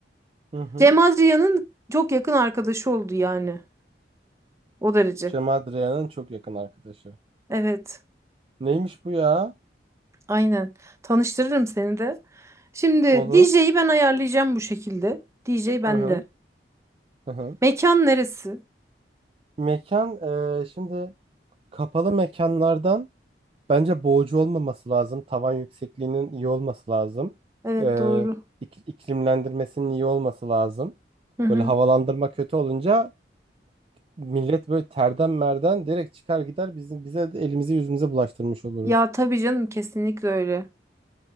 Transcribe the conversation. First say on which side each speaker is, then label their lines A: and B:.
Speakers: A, on the right; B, on the right.
A: Hı hı.
B: Cem Adrian'ın çok yakın arkadaşı oldu yani. O derece.
A: Cem Adrian'ın çok yakın arkadaşı.
B: Evet.
A: Neymiş bu ya?
B: Aynen. Tanıştırırım seni de. Şimdi
A: Olur.
B: DJ'yi ben ayarlayacağım bu şekilde. DJ bende.
A: Hı hı. Hı hı.
B: Mekan neresi?
A: Mekan eee, şimdi kapalı mekanlardan bence boğucu olmaması lazım. Tavan yüksekliğinin iyi olması lazım.
B: Evet
A: Eee
B: doğru.
A: ik- iklimlendirmesinin iyi olması lazım.
B: Hı hı.
A: Böyle havalandırma kötü olunca millet böyle terden merden direkt çıkar gider bizim bize de elimizi yüzümüze bulaştırmış oluruz.
B: Ya tabii canım kesinlikle öyle.